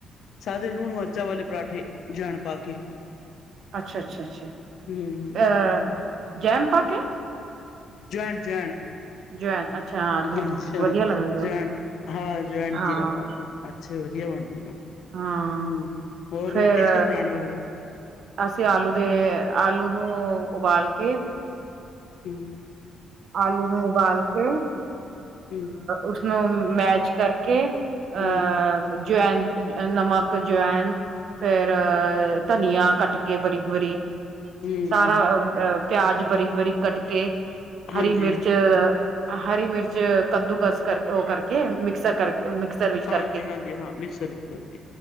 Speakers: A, on the left; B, on the right.
A: ਸਾਦੇੇ ਲੂਣ-ਮਿਰਚਾਂ ਵਾਲੇ ਪਰਾਂਠੇ। ਜੈਨ ਪਾ ਕੇ
B: ਅੱਛਾ-ਅੱਛਾ-ਅੱਛਾ, ਆ
A: ਹੂੰ ਹੂੰ
B: ਜੈਮ ਪਾ ਕੇ।
A: ਜਵੈਣ-ਜਵੈਣ।
B: ਜਵੈਨ ਅੱਛਾ
A: ਅੱਛਾ,
B: ਵਧੀਆ ਲੱਗਦਾ,
A: ਜਵੈਣ ਹਾਂ, ਜੈਵਣ,
B: ਹਾਂ।
A: ਜੀਰਾ ਪਾ ਕੇ ਅ। ਅੱਛੇ ਵਧੀਆ ਬਣਦੇ ਨੇ
B: ਹਾਂ,
A: ਹੂੰ ਹੋਰ
B: ਫੇਰ
A: ਰੋਟੀ ਚ ਕੀ ਬਣਾਣੇ ਵਾਲੇ?
B: ਅਸੀਂ ਆਲੂ ਦੇ ਆਲੂ ਨੂੰ ਉਬਾਲ ਕੇ
A: ਹੂੰ <inaudible>
B: ਆਲੂ ਨੂੰ ਉਬਾਲ ਕੇ,
A: ਹੂੰ
B: ਉਸਨੂੰ ਮੈਚ ਕਰਕੇ ਅਹ
A: ਹੂੰ
B: ਜਵੈਨ ਨਮਕ ਜਵੈਨ ਫੇਰ ਧਨੀਆ ਕੱਟ ਕੇ ਬਰੀਕ-ਬਰੀਕ।
A: ਹੂੰ
B: ਸਾਰਾ
A: ਹੂੰ
B: ਆ ਪਿਆਜ ਬਰੀਕ-ਬਰੀਕ ਕੱਟ ਕੇ।
A: ਹਾਂਜੀ
B: ਹਰੀ ਮਿਰਚ, ਹਰੀ ਮਿਰਚ ਕੱਦੂਕਸ ਕਰਕੇ ਉਹ ਕਰਕੇ ਮਿਕਸਰ ਕਰ ਮਿਕਸਰ ਵਿੱਚ
A: ਹਾਂਜੀ
B: ਕਰਕੇ
A: ਹਾਂਜੀ ਹਾਂ ਮਿਕਸਰ ਵਿੱਚ ਕਰਕੇ